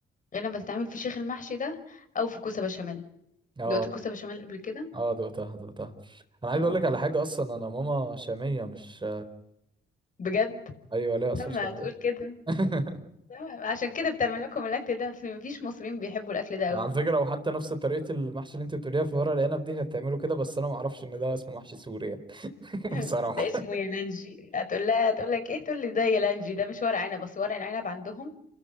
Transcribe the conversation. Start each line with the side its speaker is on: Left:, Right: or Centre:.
Left: غير لما تتعمل في شيخ المحشي ده او في كوسه بشاميل
Right: اه
Left: دقت الكوسه بشاميل قبل كده
Right: اه دقتها دقتها انا
Left: اه
Right: عايز اقول لك على حاجه اصلا انا ماما شاميه مش
Left: بجد
Right: ايوه ليها اصل
Left: لما
Right: شاميه
Left: هتقول كده
Right: <laughs>
Left: لما- عشان كده بتعمل لكم الاكل ده اصل ما فيش مصريين بيحبوا الاكل ده قوي
Right: انا على فكره وحتى نفس طريقه المحشي اللي انت بتقوليها في ورق العنب دي هي بتعمله كده بس انا ما اعرفش ان ده اسمه محشي سوري يعني <laughs>
Left: <laughs>
Right: بصراحه
Left: ده اسمه يالانجي هتقول لها هتقول لك ايه تقول لي ده يالانجي ده مش ورق عنب بس ورق العنب عندهم